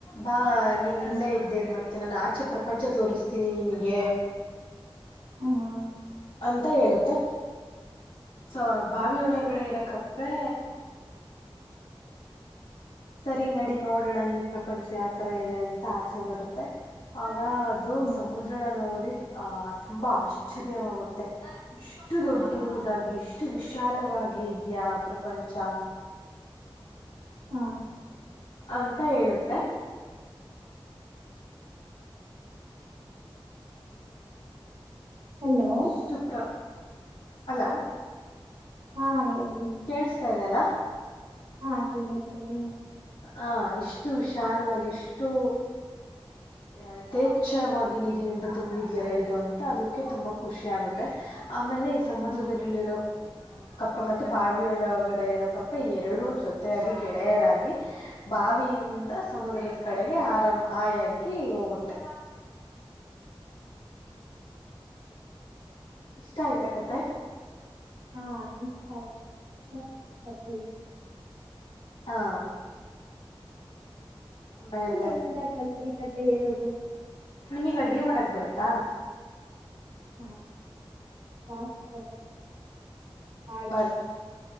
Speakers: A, on the left; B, on the right.
A: ಬಾ ನೀನ್ ಇಲ್ಲೇ
B: ಹಾ
A: ಇದ್ದೇನ್ ಮತ್ತೆ ನಾನ್ ಆಚೆ ಪ್ರಪಂಚ ತೋರಿಸ್ತೀನಿ ನಿನಗೆ
B: ಹಾ
A: ಅಂತ ಹೇಳುತ್ತೆ ಸೋ ಬಾವಿ ಒಳಗಡೆ ಇರಕಪ್ಪೆ ಸರಿ ನಡಿ ನೋಡೋಣ ನಿನ್ ಪ್ರಪಂಚ ಯಾವತರ ಇದೆ ಅಂತ ಆಚೆ ಬರುತ್ತೆ. ಆಗ ಅದು
B: ಹಾ
A: ಸಮುದ್ರನ ನೋಡಿ ಆ ತುಂಬಾ ಆಶ್ಚರ್ಯವಾಗುತ್ತೆ. ಇಷ್ಟು ದೊಡ್ಡದಾಗಿ ಇಷ್ಟು ವಿಶಾಲವಾಗಿ ಇದ್ಯಾ ಪ್ರಪಂಚ.
B: ಹಾ
A: ಅಂತ ಹೇಳುತ್ತೆ.
B: ಹಲೋ
A: ಇಷ್ಟು ಪ್ರ ಹಲೋ
B: ಹಾ ಹೇಳಿ.
A: ಕೇಳಸ್ತಾ ಇದೆ ಅಲ್ಲಾ?
B: ಹಾ ಕೇಳುತ್ತೇ ಹೇಳಿ.
A: ಹಾಂ ಇಷ್ಟು ವಿಶಾಲವಾಗಿ ಇಷ್ಟು ಯಥೇಚ್ಛವಾಗಿ ನೀರಿನಿಂದ ತುಂಬಿದೆಯಲ್ಲ ಇದು ಅಂತ ಅದಕ್ಕೆ ತುಂಬಾ ಖುಷಿ ಆಗುತ್ತೆ. ಆಮೇಲೆ ಈ ಸಮುದ್ರದಲ್ಲಿರೋ
B: ಹಾ
A: ಕಪ್ಪೆ ಮ ತ್ತು ಬಾವಿಯೊಳಗಡೆ ಇರೋ ಕಪ್ಪೆ ಎರಡೂ ಜೊತೆಯಾಗಿ ಗೆಳೆಯರಾಗಿ ಬಾವಿಯಿಂದ ಸಮುದ್ರದ ಕಡೆಗೆ ಆರಾಮ ಹಾಯಾಗಿ ಹೋಗುತ್ತೆ.
B: <inaudible>
A: ಇಷ್ಟ ಆಯ್ತಾ ಕತೆ?
B: ಹಾ ಇಷ್ಟ ಆಯ್ತು <unintelligible>
A: ಹಾ
B: ಹ್ಮ
A: ಆಮೇಲೆ
B: ನೀನೆಲ್ಲಿಂದ ಕಲ್ತ್ರಿ ಕತೆೆ ಹೇಳೋದು.
A: ನಿಮಗ್ ಅಡ್ಗೆ ಮಾಡಕ್ ಬರುತ್ತಾ.
B: ಹಾ <inaudible> ಮಾಡ್ತೀರಾ
A: ಬರ್